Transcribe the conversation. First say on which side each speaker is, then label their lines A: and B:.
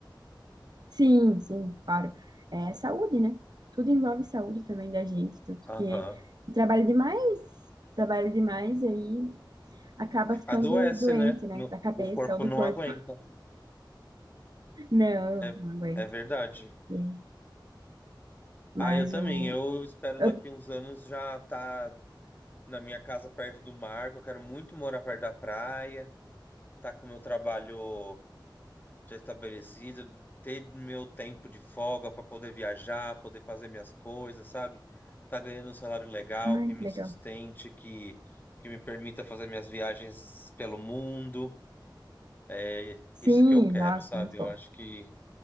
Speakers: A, on the right (about 55°); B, on the left (about 25°).
A: Sim, sim, claro. É saúde, né? Tudo envolve saúde também da gente, tudo
B: Aham.
A: porque trabalha demais, trabalha demais e aí acaba ficando
B: Adoece,
A: doente,
B: né?
A: né?
B: No-
A: Da cabeça
B: o corpo
A: ou do
B: não
A: corpo.
B: aguenta.
A: <laughs> Não,
B: É,
A: não aguento.
B: é verdade.
A: E aí? Mas
B: Ah, eu também.
A: o.
B: Eu espero
A: eu-
B: daqui uns anos já tá na minha casa perto do mar. porque Eu quero muito morar perto da praia, tá com o meu trabalho já estabelecido, ter meu tempo de folga para poder viajar, poder fazer minhas coisas, sabe? Tá ganhando um salário legal,
A: Ai,
B: que me
A: que legal.
B: sustente, que, que me permita fazer minhas viagens pelo mundo. É
A: Sim,
B: isso que eu quero,
A: nossa,
B: sabe?
A: é muito
B: Eu
A: bom.
B: acho que